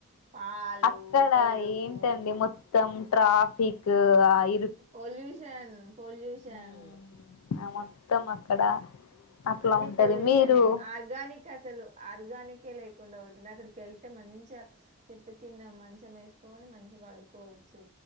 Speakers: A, on the right (about 30°); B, on the left (about 80°).
A: పాలు
B: అక్కడ
A: పెరుగు
B: ఏంటండి మొత్తం ట్రాఫిక్ ఆ ఇ
A: పొల్యూషన్ పొల్యూషన్
B: మ్మ్, ఆ మొత్తం అక్కడ అట్లా
A: అన్ని
B: ఉంటది
A: పొల్యూషనే
B: మీరు
A: ఆర్గానిక్ అసలు ఆర్గానికే లేకుండా దక్కడికి వెళ్తే మంచిగ చెట్టు కింద మంచం వేసుకొని మంచి పడుకోవచ్చు